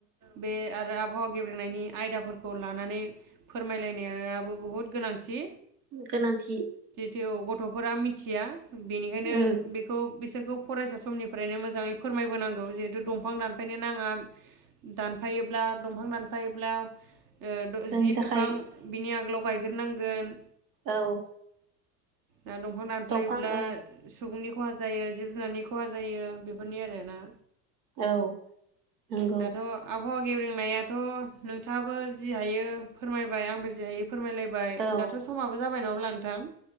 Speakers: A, on the right; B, on the right.
A: बे आरो आब आबहाव गेब्रेंनायनि आयदाफोरखौ लानानै फोरमायलायनायाबो बुहुद गोनांथि।
B: गोनांथि।
A: औ गथ'फोरा मिथिया बेनिखायनो
B: उम
A: बेखौ बिसोरखौ फरायसा समनिफ्राय फ्रायनो मोजांङै फोरमायबोनांगौ जिहेथु दम दंफां दानफायनो नांङा दानफायोब्ला दंफां दानफायोब्ला ओ‌ द
B: जोंनि
A: जि
B: थाखाय
A: बिफां बिनि आगोलाव गायग्रो नांगोन।
B: औ
A: दा दंफां दानफ्लायब्ला
B: दंफां ओ
A: सुबुंनि खहा जायो जिब जुनारनि खहा जायो बेफोरनि आरो ना।
B: औ नंगौ।
A: दाथ' आबहावा गेब्रेंनायाथ' नोंथाङाबो जि हायो फोरमायबाय आंबो जि हायो फोरमायलायबाय
B: औ ओ
A: दाथ' समाबो जाबाय नंङा होनब्ला नोंथां